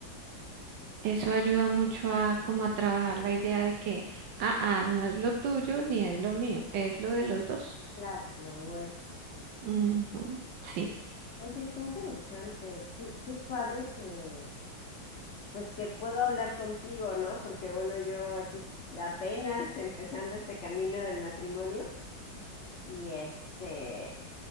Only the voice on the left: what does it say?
ah,
claro, lo nuestro.
Oye, qué interesante, qué, qué padre que, Pues que puedo hablar contigo, ¿no? Porque bueno, yo aquí apenas empezando este camino del matrimonio y este,